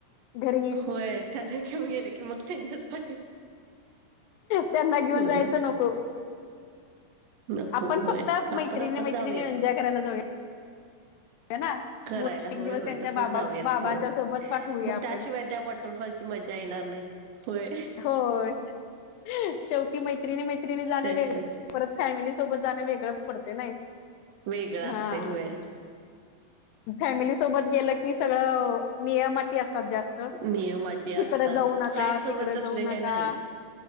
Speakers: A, on the left (about 80°); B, on the right (about 75°).
A: घरीच
B: होय त्यांना घेऊन गेले की मग त्यांच्यात
A: त्यांना घेऊन
B: होय.
A: जायचं नको
B: नको
A: आपण
B: होय.
A: फक्त
B: आपण
A: मैत्रणी
B: आपण
A: मैत्रीणी
B: जाऊयात
A: एन्जॉय
B: मग
A: करायला जाऊया. ना
B: करायला
A: एक
B: होय
A: दिवस
B: होय
A: त्यांच्या
B: तसच
A: बाबा
B: जाऊयात
A: बाबांच्या
B: होय
A: सोबत पाठवूया
B: मग
A: आपण
B: त्याशिवाय त्या वॉटरफॉलची मजा येणार नाही. होय
A: होय शेवटी मैत्रिणी मै मैत्रीणी मैत्रीण जाणं
B: त्याशिवाय
A: वेग परत फॅमिली सोबत जाणं वेगळं पडते नाही.
B: वेगळां
A: हा
B: असते होय.
A: फॅमिली सोबत गेलं की सगळं नियम अटी असतात जास्त तिकडे
B: नियम अटी असतात
A: जाऊ नका
B: फ्रेंड सोबत
A: तिकडे
B: असले
A: जाऊ
B: काय
A: नका.
B: नाही.